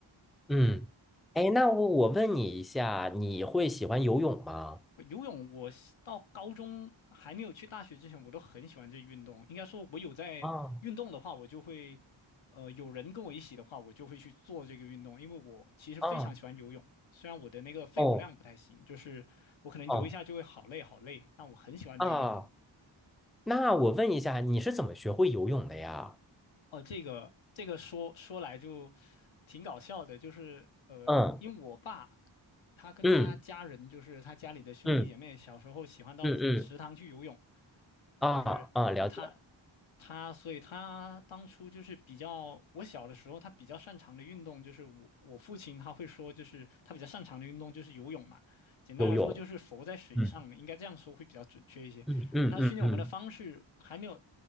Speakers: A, in the centre; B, on the left.
A: 嗯，哎，那我我问你一下，你会喜欢游泳吗？
B: 游泳我是到高中还没有去大学之前，我都很喜欢这运动。应该说，我有在运动的话，
A: 啊
B: 我就会，呃，有人跟我一起的话，我就会去做这个运动，因为我其实非常喜欢游泳。
A: 啊
B: 虽然我的那个肺活量不太行，
A: 哦
B: 就是我可能游一下就会好累好累，
A: 哦
B: 但我很喜欢这个运动。
A: 啊，那我问一下，你是怎么学会游泳的呀？
B: 哦，这个这个说说来就挺搞笑的，就是呃，
A: 嗯
B: 因为我爸他跟他家人，
A: 嗯
B: 就是他家里的兄弟姐妹，
A: 嗯
B: 小时候喜欢到池塘去游泳。
A: 嗯嗯啊啊，
B: 就是啊，
A: 了解
B: 他他，所以他当初就是比较，我小的时候他比较擅长的运动就是我我父亲他会说，就是他比较擅长的运动就是游泳嘛，简单来说就是浮在水上，
A: 游泳。嗯
B: 应该这样说会比较准确一些。
A: 嗯嗯嗯嗯，
B: 那他训练我们的方式还没有，